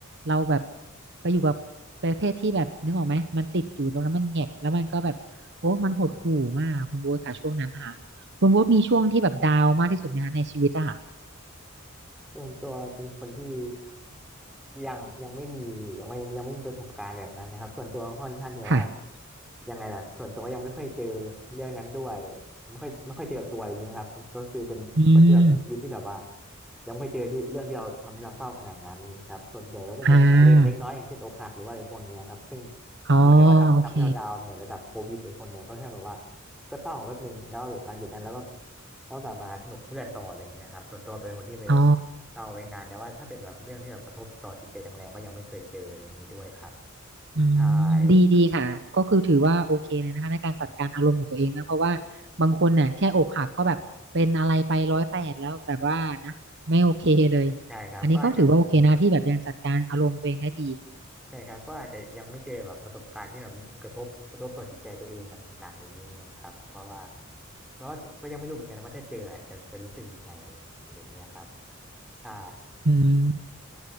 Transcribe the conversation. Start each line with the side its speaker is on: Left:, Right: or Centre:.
Right: เราแบบไปอยู่กับประเทศที่แบบนึกออกไหมมันติดอยู่ตรงนั้นมันแหงกแล้วมันก็แบบโอ้มันหดหู่มากคุณโบ๊ทค่ะช่วงนั้นนะคะคุณโบ๊ทมีช่วงที่แบบดาวน์มากที่สุดไหมคะในชีวิตอะค่ะ
Centre: ส่วนตัวเป็นคนที่ ยังยังไม่มียังไม่ยังไม่มีประสบการณ์แบบนั้นนะครับส่วนตัวค่อนข้างที่ว่า
Right: ค่ะ
Centre: ยังไงล่ะส่วนตัวยังไม่ค่อยเจอเรื่องนั้นด้วยไม่ค่อยไม่ค่อยเจอกับตัวอะไรอย่างนี้ยครับก็คือเป็นคนที่แบบมีชีวิตที่แบบว่า
Right: อืม
Centre: ยังไม่เจอที่เรื่องที่เราทำให้เราเศร้าขนาดนั้นครับส่วนใหญ่ก็จะเป็นเรื่องเล็กเล็กน้อยอย่างเช่นอกหักหรือว่าอะไรพวกเนี้ยครับซึ่ง
Right: อ่าอ๋อ
Centre: มันไม่ได้ว่าทำทำให้เราดาวน์เหมือนระดับโควิดหรือคนเนี้ยก็แค่แบบว่า
Right: โอเค
Centre: ก็เศร้าแป๊บนึงแล้วหลังจากนั้นแล้วก็แล้วกลับมาสนุกเพื่อนต่ออะไรเงี้ยครับส่วนตัวเป็นคนที่ไป
Right: อ๋อ
Centre: เอาไว้นานแต่ว่าถ้าเป็นแบบเรื่องที่แบบกระทบต่อจิตใจแรงๆก็ยังไม่เคยเจออะไรอย่างนี้ด้วยครับ
Right: อืมดีดีค่ะก็คือถือว่าโอเคเลยนะคะในการจัดการอารมณ์ของตัวเองนะเพราะว่าบางคนเนี่ยแค่อกหักก็แบบเป็นอะไรไปร้อยแปดแล้วแบบว่านะไม่โอเคเลย
Centre: ใช่ก็ใช่ครับก็อาจจะ
Right: อันนี้ก็ถือว่าโอเคนะที่แบบยังจัดการอารมณ์ตัวเองได้ดี
Centre: ใช่ครับก็อาจจะยังไม่เจอแบบประสบการณ์ที่แบบกระทบกระทบต่อจิตใจตัวเองแบบหนักๆอะไรอย่างนี้ครับเพราะว่าเพราะว่าก็ยังไม่รู้เหมือนกันว่าถ้าเจออะจะจะรู้สึกยังไงอะไรอย่างเงี้ยครับใช่
Right: อืม